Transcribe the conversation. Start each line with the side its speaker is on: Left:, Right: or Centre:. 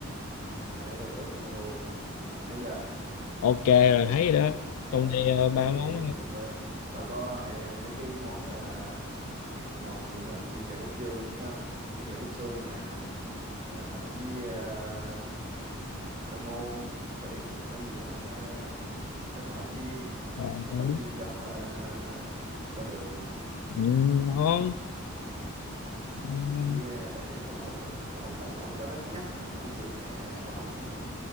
Right: đây tao gửi mày cái menu Ờ, thấy chưa
Left: ok rồi thấy rồi đó
Right: ờ
Left: trong đây ờ,
Right: ờ
Left: ba
Right: thì
Left: món
Right: trong ờ, tao có hay ăn mấy cái món ờ, ngon như là chân gà cốt xương ờ, chân gà cốt xương nè ờ, với ờ, khoai môn khoai khoai gì quá đó khoai ờ, khoai mỡ chiên
Left: ờ,
Right: khoai
Left: ờ,
Right: mỡ chiên chấm ờ, bơ đường
Left: ừ, ngon
Right: ừ,
Left: Ừ.
Right: với ờ, đẩy thêm cái lẩu nữa lẩu ta lẩu thì tao đã cân nhắc tại thằng nào cũng xỉn mẹ rồi, ăn lẩu nữa